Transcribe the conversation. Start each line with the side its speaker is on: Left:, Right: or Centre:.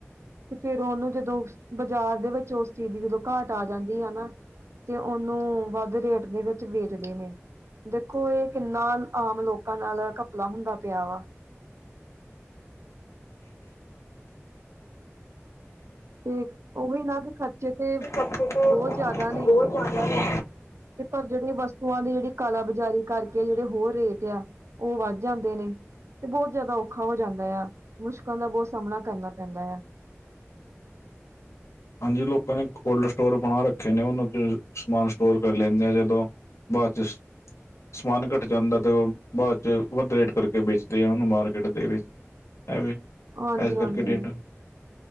Right: ਤੇ ਫਿਰ ਉਹਨੂੰ, ਜਦੋਂ ਬਾਜ਼ਾਰ ਦੇ ਵਿੱਚ ਉਸ ਚੀਜ਼ ਦੀ, ਜਦੋਂ ਘਾਟ ਆ ਜਾਂਦੀ ਹੈ ਨਾ ਤੇ, ਉਹਨੂੰ ਵੱਧ ਰੇਟ ਦੇ ਵਿੱਚ ਵੇਚਦੇ ਨੇ। ਦੇਖੋ, ਇਹ ਕਿੰਨਾ ਆਮ ਲੋਕਾਂ ਨਾਲ ਘਪਲਾ ਹੁੰਦਾ ਪਿਆ ਵਾ ਤੇ ਹੀ ਨਾ ਦੇ ਖਰਚੇ ਤੇ
Left: ਹਫ਼ਤੇ ਤੇ
Right: ਬਹੁਤ ਜ਼ਿਆਦਾ ਨੇ
Left: ਬਹੁਤ ਜ਼ਿਆਦਾ ਨੇ।
Right: ਤੇ ਪਰ ਜਿਹੜੀ ਵਸਤੂਆਂ ਦੀ ਜਿਹੜੀ ਕਾਲਾਾਬਜ਼ਾਰੀ ਕਰਕੇ ਜਿਹੜੇ ਹੋਰ ਰੇਟ ਆ ਉਹ ਵੱਧ ਜਾਂਦੇ ਨੇ ਤੇ ਬਹੁਤ ਜ਼ਿਆਦਾ ਔਖਾ ਹੋ ਜਾਂਦਾ ਆ ਮੁਸ਼ਕਲਾਂ ਦਾ ਬਹੁਤ ਸਾਹਮਣਾ ਕਰਨਾ ਪੈਂਦਾ ਆ
Left: ਹਾਂਜੀ ਲੋਕਾਂ ਨੇ ਕੋਲਡ ਸਟੋਰ ਬਣਾ ਰੱਖੇ ਨੇ ਉਹਨ ਤੇ ਸਮਾਨ ਸਟੋਰ ਕਰ ਲੈਂਦੇ ਆ ਜਦੋਂ ਵਹੁਚਸ ਸਮਾਨ ਘੱਟ ਜਾਂਦਾ ਤੇ ਉਹ ਬਾਅਦ ਚ ਵੱਧ ਰੇਟ ਕਰਕੇ ਵੇਚਦੇ ਆ ਉਹਨੂੰ ਮਾਰਕੀਟ ਦੇ ਵਿੱਚ ਹੈ ਵੀ
Right: ਹਾਂਜੀ
Left: ਇਸ ਕਰਕੇ
Right: ਹਾਂਜੀ
Left: ਡੇਟ